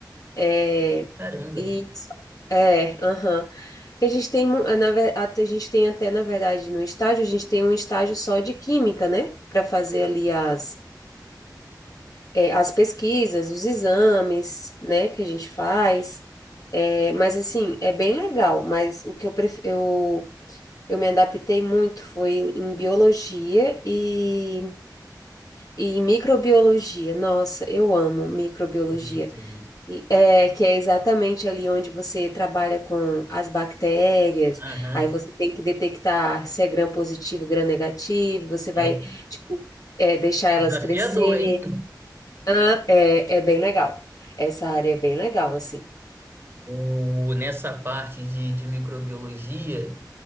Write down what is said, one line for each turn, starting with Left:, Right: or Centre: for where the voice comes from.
Left: É,
Right: Caramba.
Left: e é, aham. que a gente tem, mu- na ver- até- a gente tem até, na verdade, no estágio, a gente tem um estágio só de química, né? Para fazer ali as, é, as pesquisas, os exames, né? Que a gente faz. É, mas, assim, é bem legal. Mas o que eu, pref... eu, eu me adaptei muito foi em biologia e, e em microbiologia. Nossa, eu amo microbiologia.
Right: Justo, justo.
Left: E- É, que é exatamente ali onde você trabalha com as bactérias,
Right: Aham.
Left: aí você tem que detectar se é gram positivo, gram negativo, você vai,
Right: É
Left: tipo, é, deixar elas
Right: desafiador,
Left: crescer.
Right: hein?
Left: Ah, é, é bem legal. Essa área é bem legal, assim.
Right: O, nessa parte de, de microbiologia,